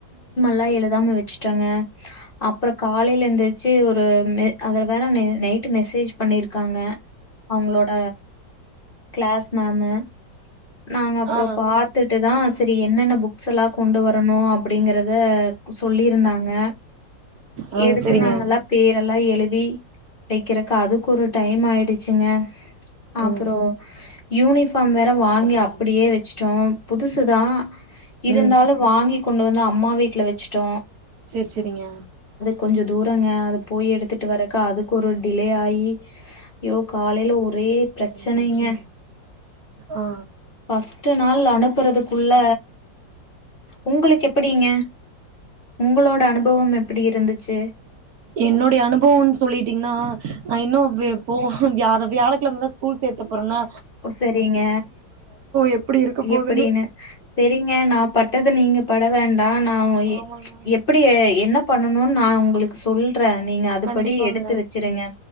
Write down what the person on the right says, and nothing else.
ஆ
ஆ
சரிங்க
ம்
ஒரு அஞ்சு
நிமிஷோ
ம்
சேர் செரிங்க
ரெண்டு நிமிஷோ ஆ
என்னுடைய அனுபவம்னு சொல்லிட்டிங்னா நா இன்னு வி பு வியாழ வியாழக்கெழமதா ஸ்கூல் சேத்த போறன்னா
எப்டி இருக்க போதுன்னு
ஆமாங்க
கண்டிப்பாங்க